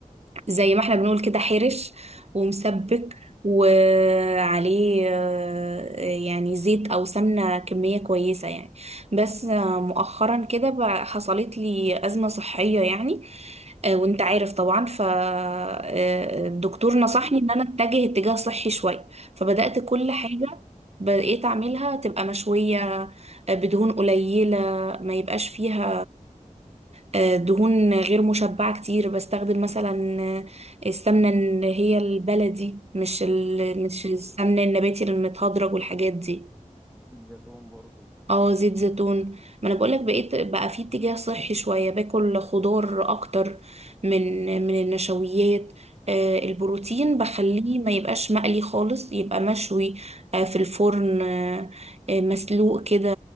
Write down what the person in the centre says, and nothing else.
زيتون
برضه
زيتون برضه